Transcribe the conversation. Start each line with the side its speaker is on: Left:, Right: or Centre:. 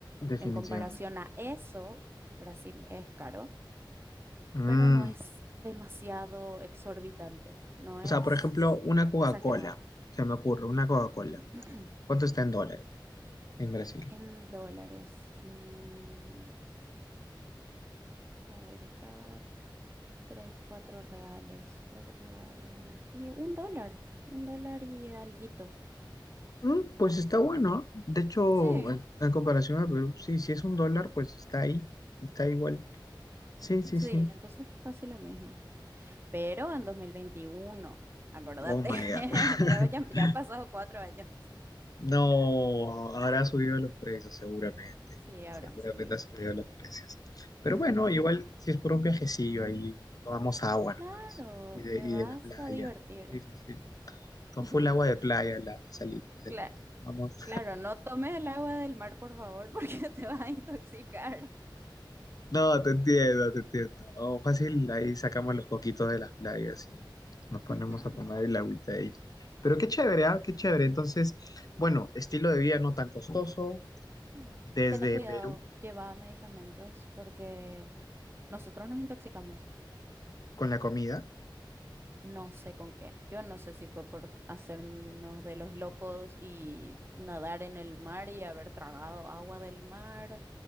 Left: Definitivamente.
Right: En comparación a eso, Brasil es caro,
Left: Mm,
Right: pero no es demasiado exorbitante, no
Left: O
Right: es
Left: sea, por ejemplo, una Coca-Cola,
Right: exagerado.
Left: se me ocurre, una Coca-Cola,
Right: <clears throat>
Left: ¿cuánto está en dólares en Brasil?
Right: En dólares, mm, a ver, estaba tres, cuatro reales, cuatro reales, dos, y un dólar, un dólar y alguito.
Left: Mm, pues está bueno, ¿eh? de hecho,
Right: Sí,
Left: en, en comparación a Perú, sí, si es un dólar, pues está ahí, está igual, sí, sí,
Right: Sí,
Left: sí.
Right: entonces casi lo mismo. Pero en 2021, acordate,
Left: Oh my
Right: <laughs>
Left: God.
Right: ya, ya,
Left: <laughs>
Right: ya han pasado cuatro años.
Left: No, habrá subido los precios seguramente.
Right: Sí, habrán
Left: Seguramente
Right: subido.
Left: ha subido los precios. Pero
Right: <laughs>
Left: bueno, igual si es por un viajecillo ahí, tomamos agua
Right: Claro,
Left: nomás. Y de,
Right: te
Left: y
Right: vas
Left: de la playa.
Right: a divertir.
Left: Sí, sí, sí.
Right: <laughs>
Left: Con full agua de playa la sali- de Salinas.
Right: Cla-
Left: Vamos.
Right: claro, no tomes el agua del mar, por favor, porque <laughs> te vas a intoxicar.
Left: No, te entiendo, te entiendo. Oh, fácil, ahí sacamos los coquitos de las playas y nos ponemos
Right: <laughs>
Left: a tomar el agüita de ellos. Pero qué chévere, ¿ah? Qué chévere. Entonces,
Right: Sí,
Left: bueno, estilo de vida no tan costoso.
Right: no.
Left: Desde
Right: Tené cuidado,
Left: Perú
Right: lleva medicamentos porque nosotros nos intoxicamos.
Left: con la comida.
Right: No sé con qué. Yo no sé si fue por hacernos de los locos y nadar en el mar y haber tragado agua del mar,